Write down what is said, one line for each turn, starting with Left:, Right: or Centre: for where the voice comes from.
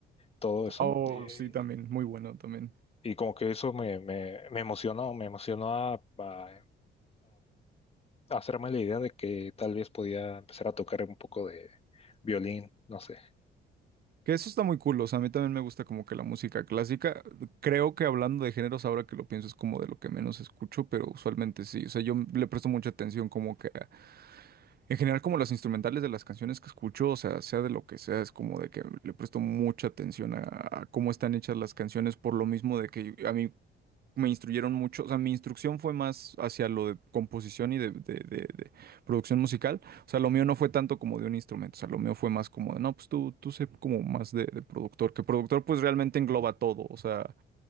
Left: todo eso.
Right: Oh,
Left: eh,
Right: sí, también, muy bueno también.
Left: Y como que eso me, me, me emocionó, me emocionó a, a- a hacerme la idea de que tal vez podía empezar a tocar un poco de violín, no sé.
Right: Que eso está muy cool, o sea, a mí también me gusta como que la música clásica. Creo que hablando de géneros, ahora que lo pienso, es como de lo que menos escucho, pero usualmente sí. O sea, yo le presto mucha atención como que a- en general como las instrumentales de las canciones que escucho, o sea, sea de lo que sea, es como de que le presto mucha atención a, a cómo están hechas las canciones, por lo mismo de que a mí me instruyeron mucho, o sea, mi instrucción fue más hacia lo de composición y de, de- de- de producción musical, o sea, lo mío no fue tanto como de un instrumento, o sea, lo mío fue más como de, no, pues tú, tú sé como más de, de productor, que productor pues realmente engloba todo, o sea,